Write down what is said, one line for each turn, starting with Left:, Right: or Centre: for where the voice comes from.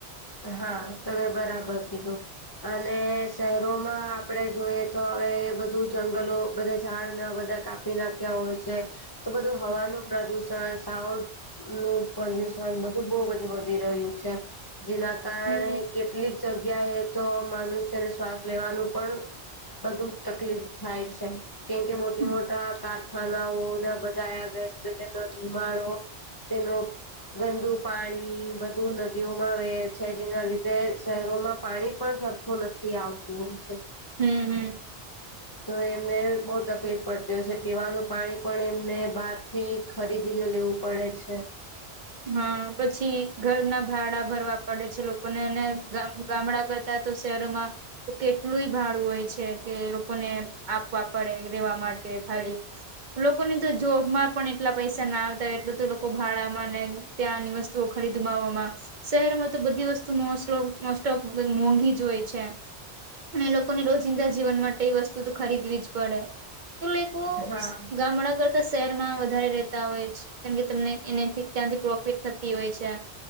Left: હા તમે બરાબર કીધું. અને શહેરોમાં આપડે જોઈએ તો હવે એ બધું જંગલો બધા ઝાડને બધા કા પી નાખ્યા હોય છે તો બધું હવાનું પ્રદુષણ સાઉ નું પોલ્યુશન બધું બો બધું વધી રહ્યું છે જેના કારણે
Right: હમ
Left: કેટલીક જગ્યાએ તો મનુષ્યને શ્વાસ લેવાનું પણ બધું તકલીફ થાય છે. કેમ કે મોટી
Right: હમ
Left: મોટા કારખાનાઓ ના બધાનો <unintelligible> ધુમાડો તેનું ગંદુ પાણી બધું નદીઓ મા વહે છે, જેના લીધે શહેરોમાં પાણી પણ સરખું નથી આવતું હોય છે.
Right: હમ્મ હમ્મ
Left: તો એમને બહું તકલીફ પડતી હોય છે, પીવાનું પાણી પણ એમને બારથી ખરીદીને લેવું પડે છે.
Right: હા પછી ઘરના ભાડા ભરવા પડે છે લોકોને અને ગામડા ત્યાં તો શહેરોમાં તો કેટલુંય ભાડું હોય છે કે એ લોકોને આપવા પડે રહેવા માટે ખાલી લોકોને તો જોબ માં પણ એટલા પૈસા ના આવતા હોય એટલું તો લોકો ભાડામાં ને ત્યાંની વસ્તુઓ ખરીદવામાં શહેરમાં તો બધી વસ્તુ મો સોપ મોસ્ટોપ મોંઘી જ હોય છે. અને લોકોને રોજિંદા જીવન માટે એ વસ્તુ તો ખરીદવી જ પડે. તો લાઈક
Left: હા
Right: ગામડા કરતા શહેરમાં વધારે રેતા હોય છે કેમકે તમને એ ત્યાંથી પ્રોફિટ થતી હોય છે.